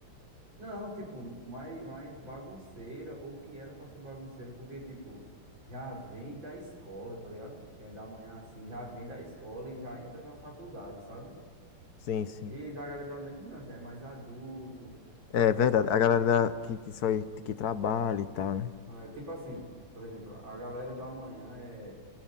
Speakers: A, on the right; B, on the left.
A: não, tipo, mais, mais bagunceira, ou que era pra ser bagunceira, porque, tipo, já vem da escola, tá ligado? Quem é da manhã assim, já vem da escola e já entra na faculdade, sabe?
B: Sim, sim.
A: E da galera da noite, não, já é mais adulto,
B: É
A: já
B: verdade.
A: sabe.
B: A galera da- que, que só que trabalha e tal, né?
A: É, tipo assim, por exemplo, a galera da manhã é